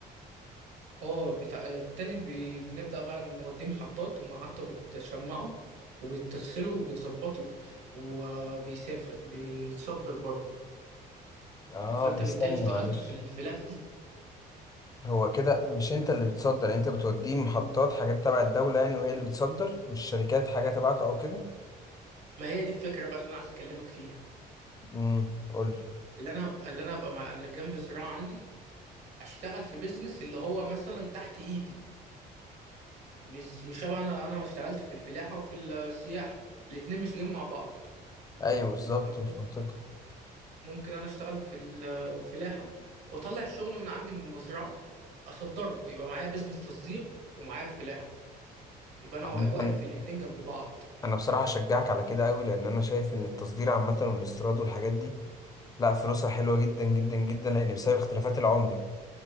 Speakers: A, on the right (about 80°); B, on the left (about 20°).
A: اه بتاع التاني بي... بنبدأ بقى نوديه محطات المحطة بتشمعه وبتغسله وبتظبطه وبيسافر بيتصدر بره
B: اه
A: فانت
B: بس
A: بالتالي
B: ثانية
A: اشتغلت
B: معلش
A: في الفلاح
B: هو كده مش انت اللي بتصدر يعني انت بتوديه محطات حاجات تبع الدولة يعني وهي اللي بتصدر مش شركات حاجة تبعك او كده
A: ما هي دي الفكرة بقى اللي انا عايز اكلمك فيها
B: امم قول لي.
A: اللي انا اللي انا ابقى مع اللي جنب الزراعة عندي اشتغل في بيزنس اللي هو مثلا تحت ايدي مش مش شبه انا انا اشتغلت في الفلاحة وفي السياحة الاتنين مش جايين مع بعض
B: ايوه بالظبط
A: ما أنا-
B: مش منطقي
A: ممكن انا اشتغل في ال- الفلاحه واطلع الشغل من عندي من المزرعه اصدره يبقى معايا بزنس تصدير ومعايا فلاحه يبقى انا
B: عامة
A: واقف في الاتنين جنب بعض
B: انا بصراحة اشجعك على كده قوي لان انا شايف ان التصدير عامة والاستيراد والحاجات دي لا فلوسها حلوة جدا جدا جدا لان بسبب اختلافات العملة